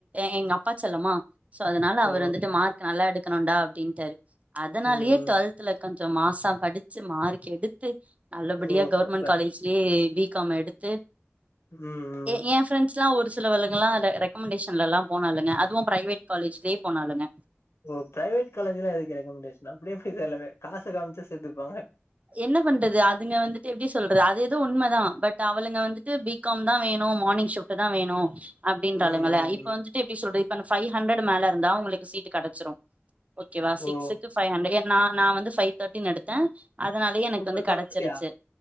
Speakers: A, on the right; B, on the left.
A: எங்க அப்பா செல்லமா சோ அதனால அவரு
B: ஓ
A: வந்துட்டு மார் நல்லா எடுக்கணுண்டா அப்டின்டாரு அதனாலயே
B: ம்
A: டுவெல்த்ல கொ ச மாஸா படிச்சு மார்க் எடுத்து நல்லபடியா
B: ஓ
A: கவர்மெண்ட்
B: சூப்பர்
A: காலேஜ் ஏ பி காம் எடுத்து
B: ம்
A: ஏ ஃப்ரண்ட்ஸ்லா ஒரு சிலவலுங்கலா ரெக்கமண்டேஷன்லலா போனாளுங்க அதுவு ப்ரைவேட் காலேஜ்லே போனாலுங்க
B: ஓ ப்ரைவேட் காலேஜ்ல எதுக்கு ரெக்கமண்டேஷன் அப்டியே போய் சேர்லாமே காச காமிச்சா சேத்துப்பாங்க
A: என்ன பண்றது அதுங்க வந்துட்டு எப்டி சொல்றது அது எதோ உண்மதா பட் அவளுங்க வந்துட்டு பி காம் தா வேணு மார்னிங் ஷிப்ட் தா வேணு அப்டின்றாளுங்கள
B: ம் ம்
A: இப்ப
B: ம்
A: வந்துட்டு எப்டி சொல்றது இப்ப அந்த ஃபைவ் ஹண்ரட் மேல இருந்தா உங்களுக்கு சீட்டு கெடச்சிடு ஓகேவா சிக்ஸ்கு
B: ஓ
A: ஃபைவ்ஹண்ரட் நா நா வந்து ஃபைவ் தேட்டின் எடுத்தே அதுனாலயே எனக்கு
B: சூப்பர்
A: வந்து
B: டுவெல்த்லயா
A: கெடச்சிருச்சு